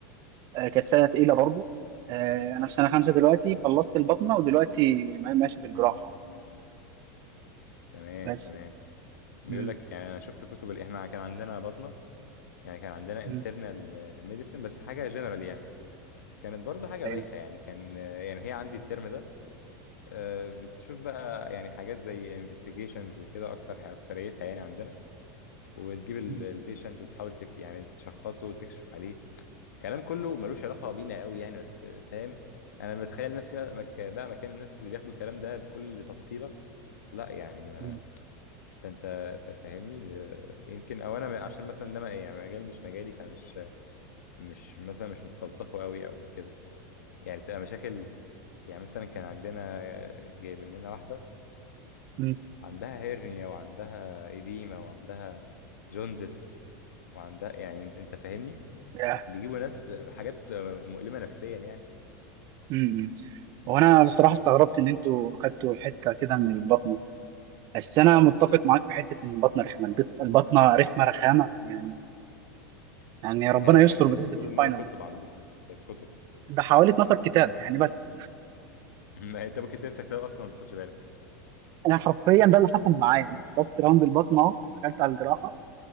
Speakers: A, on the right; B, on the left.
A: آه، كانت سنه تقيله برضو آه، انا في سنه خمسه دلوقتي خلصت البطنه ودلوقتي ماشي في الجراحه
B: امم تمام
A: بس
B: تمام بيقول
A: مم.
B: لك يعني انا شفت كتب ال- احنا كان عندنا بطنه يعني كان عندنا انترنال
A: مم.
B: ميديسن بس حاجه جنرال يعني كانت برضو حاجة
A: ايوه
B: بايخة يعني كان يعني هي عندي الترم ده آه، بتشوف بقى يعني حاجات زي investigations وكده أكتر حاجة أكتريتها يعني عندنا وتجيب البيشنت
A: مم.
B: وتحاول تكت يعني تشخصه وتكشف عليه كلام كله ملوش علاقة بينا قوي يعني بس فاهم أنا بتخيل نفسي بقى مك- بقى مكان الناس اللي بياخدوا الكلام ده بكل تفصيلة لا يعني ما
A: مم.
B: أنت أنت فا- فاهمني آه، يمكن أو أنا م- عشان مثلا ده ما- يعني مجال مش مجالي فمش مش مثلا مش مستلطفه قوي أو كده يعني تبقى مشاكل يعني مثلا كان عندنا جايبين لنا واحدة
A: مم.
B: عندها هيرنيا وعندها إديمة وعندها جوندس وعندها يعني انت أنت فاهمني
A: ياه.
B: بيجيبوا ناس بحاجات مؤلمة نفسيا يعني
A: مم. هو انا بصراحه استغربت ان انتوا خدتوا حته كده من البطنه بس انا متفق معاك في حته ان البطنه رخمه البط- البطنه رخمه رخامه يعني يعني ربنا
B: كده
A: يستر
B: كان- يعني
A: بجد
B: بيقولوا
A: في الفاينل
B: ان هي كتب عندكم مش كتاب كتب
A: ده حوالي 12 كتاب يعني بس
B: <laughs> ما انت ممكن تنسى كتاب اصلا وما تاخدش بالك
A: انا حرفيا ده اللي حصل معايا انا خلصت راوند البطنه اهو دخلت على الجراحه